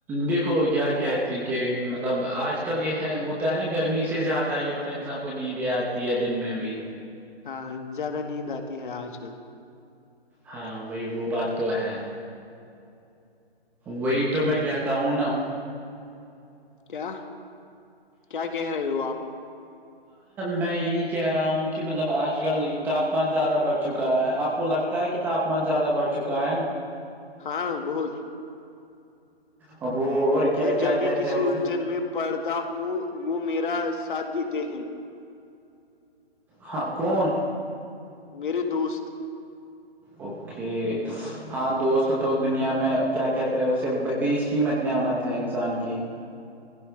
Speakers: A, in the centre; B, on the left (about 50°).
A: دیکھو کیا کہتے ہیں کہ مطلب آج کل یہ ہے ہوتا ہے نا گرمی سے زیادہ یہ ہے مطلب انسان کو کو نیندیں آتی ہے دن میں بھی
B: ہاں زیادہ نیند آتی ہے آج کل
A: ہاں بی وہ بات تو ہے وہی تو میں کہتا ہوں نا
B: کیا کیا کہہ رہے ہو آپ
A: میں یہی کہہ رہا ہوں کہ مطلب آج آج کل تاپمان زیادہ بڑھ چکا ہے آپ کو لگتا ہے کہ تاپمان زیادہ بڑھ چکا ہے
B: ہاں بہت
A: اب وہ اور کیا
B: میں
A: کیا
B: جب بھی
A: کہتے
B: کسی
A: ہیں اسے
B: الجھن میں پڑھتا ہوں وہ میرا ساتھ دیتے ہیں
A: ہاں کون
B: میرے دوست
A: اوکے ہاں دوست تو دنیا میں کیا کہتے ہیں اسے بیشکیمت نعمت ہے انسان کی